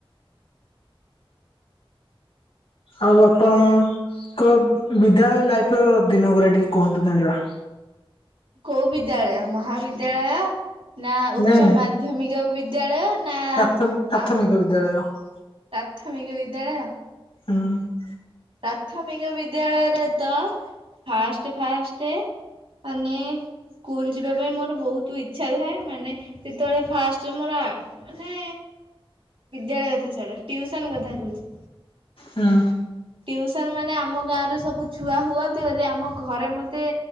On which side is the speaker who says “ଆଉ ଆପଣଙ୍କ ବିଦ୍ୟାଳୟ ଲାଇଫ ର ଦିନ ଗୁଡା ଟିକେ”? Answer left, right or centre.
Left